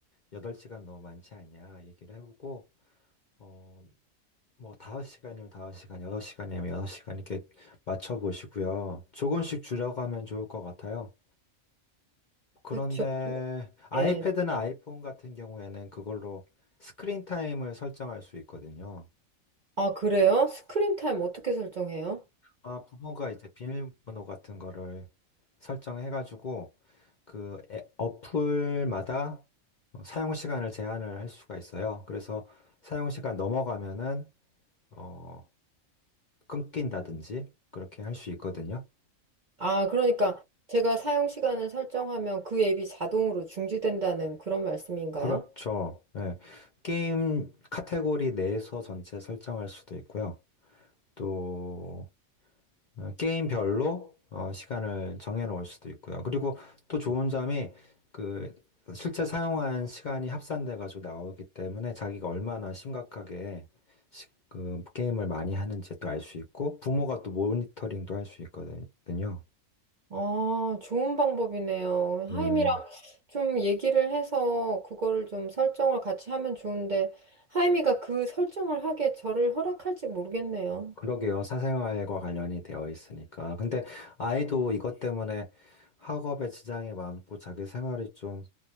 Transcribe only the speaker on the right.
그쵸.
예.
아, 그래요? 스크린 타임 어떻게 설정해요?
아, 그러니까 제가 사용 시간을 설정하면 그 앱이 자동으로 중지된다는 그런 말씀인가요?
아, 좋은 방법이네요.
하임이랑 좀 얘기를 해서 그거를 좀 설정을 같이 하면 좋은데 하임이가 그 설정을 하게 저를 허락할지 모르겠네요.